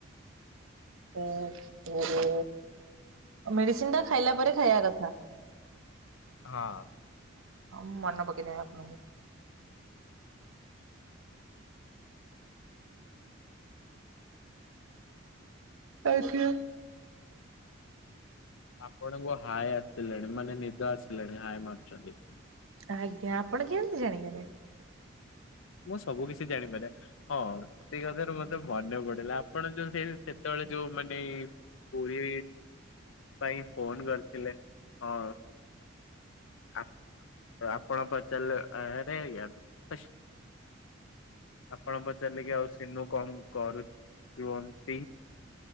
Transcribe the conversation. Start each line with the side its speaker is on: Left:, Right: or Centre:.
Right: ଓହୋ ମେଡିସିନ ଟା ଖାଇଲା ପରେ ଖାଇବା କଥା।
Left: ହଁ।
Right: ହଉ ମୁଁ ମନ ପକେଇଦେବି ଆପଣଙ୍କୁ। <unintelligible>
Left: ଆପଣଙ୍କୁ ହାୟ ଆସିଲାଣି ମାନେ ନିଦ ଆସିଲାଣି ହାଏ ମାରୁଚନ୍ତି।
Right: ଆଜ୍ଞା ଆପଣ କେମିତି ଜାଣିଗଲେ।
Left: ମୁଁ ସବୁ କିଛି ଜାଣିପାରିରେ ହଁ ସେଇ କଥାରୁ ମତେ ମନେ ପଡିଲା ଆପଣ ଯୋଉ ହେଇ ସେତୋବୋଳେ ଯୋଉ ମାନେ ପୁରୀ ପାଇଁ ଫୋନ୍ କରିଥିଲେ ଅଁ ଆପ୍ ଆପଣ ପଚାରଲେ ଆରେ। <unintelligible> ଆପଣ ପଚାରିଲେ କି ଆଉ ସିନୁ କଁ କରୁୁଚୁଅନ୍ତି।